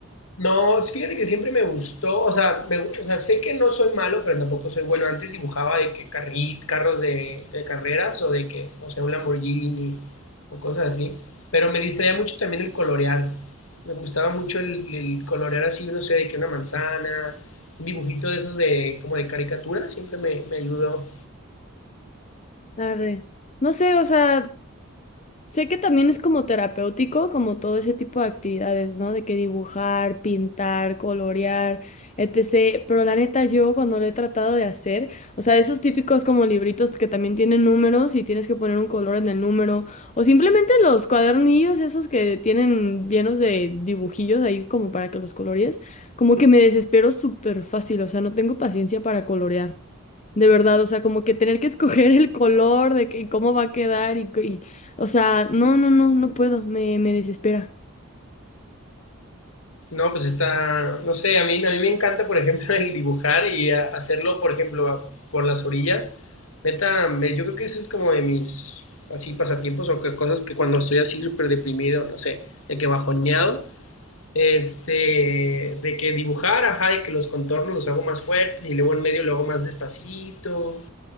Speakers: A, on the left; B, on the left.
A: No, sí, fíjate que siempre me gustó, o sea, me o sea, sé que no soy malo, pero tampoco soy bueno. Antes dibujaba de que carri- carros de, de carreras o de que, no sé, un Lamborghini o cosas así, pero me distraía mucho también el colorear. Me gustaba mucho el, el colorear así, no sé, de que una manzana, un dibujito de esos de como de caricatura, siempre me, me ayudó.
B: Arre. No sé, o sea... Sé que también es como terapéutico, como todo ese tipo de actividades, ¿no? De que dibujar, pintar, colorear, etc. Pero la neta, yo cuando lo he tratado de hacer, o sea, esos típicos como libritos que también tienen números y tienes que poner un color en el número, o simplemente los cuadernillos esos que tienen llenos de dibujillos ahí como para que los colorees, como que me desespero súper fácil, o sea, no tengo paciencia para colorear. De verdad, o sea, como que tener que escoger el color de que y cómo va a quedar y, c- y- o sea, no, no, no, no puedo, me, me desespera.
A: No, pues está, no sé, a mí, a mí me encanta, por ejemplo, <laughs> el dibujar y a- hacerlo, por ejemplo, a- por las orillas. Neta, me- yo creo que eso es como de mis, así, pasatiempos o que, cosas que cuando estoy así súper deprimido, no sé, de que bajoneado, este, de que dibujar, ajá, de que los contornos los hago más fuertes y luego en medio lo hago más despacito,